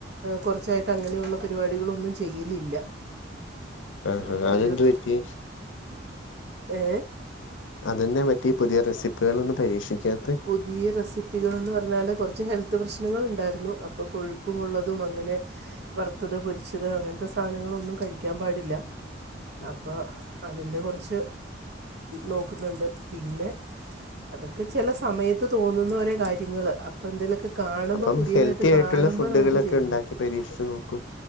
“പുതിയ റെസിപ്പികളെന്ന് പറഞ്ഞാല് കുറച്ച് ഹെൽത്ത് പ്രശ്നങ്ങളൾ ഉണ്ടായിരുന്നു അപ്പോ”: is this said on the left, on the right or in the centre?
Right